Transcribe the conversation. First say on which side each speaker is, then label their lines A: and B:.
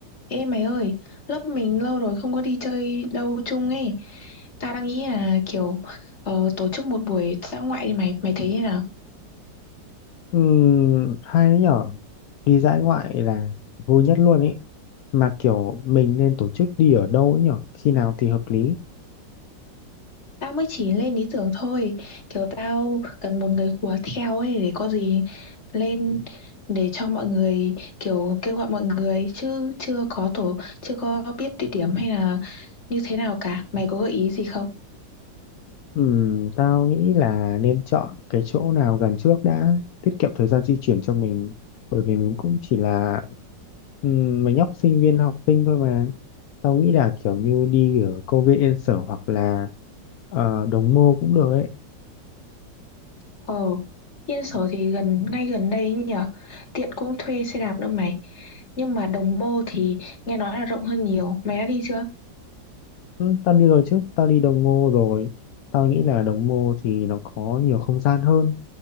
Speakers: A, on the left (about 40°); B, on the left (about 65°).
A: Ê mày ơi, lớp mình lâu rồi không có đi chơi đâu chung ấy. Ta đang nghĩ là kiểu ờ, tổ chức một buổi dã ngoại đi mày, mày thấy thế nào?
B: Ừm, hay nhở đi dã ngoại là vui nhất luôn ý mà kiểu mình nên tổ chức đi ở đâu ấy nhở khi nào thì hợp lý
A: Tao mới chỉ lên ý tưởng thôi. Kiểu tao cần một người hùa theo ấy để có gì lên để cho mọi người kiểu kêu gọi mọi người chứ chưa có tổ, chưa có biết địa điểm hay là như thế nào cả. Mày có gợi ý gì không?
B: Ừm, tao nghĩ là nên chọn cái chỗ nào gần trước đã tiết kiệm thời gian di chuyển cho mình bởi vì mình cũng chỉ là ừm, mấy nhóc sinh viên học sinh thôi mà tao nghĩ là kiểu như đi ở công viên Yên Sở hoặc là ờ, Đồng Mô cũng được ấy
A: Ờ, Yên Sở thì gần ngay gần đây ấy nhỉ. Tiện cũng thuê xe đạp nữa mày. Nhưng mà Đồng Mô thì nghe nói là rộng hơn nhiều. Mày đã đi chưa?
B: ừ, tao đi rồi chứ tao đi Đồng Mô rồi tao nghĩ là Đồng Mô thì nó có nhiều không gian hơn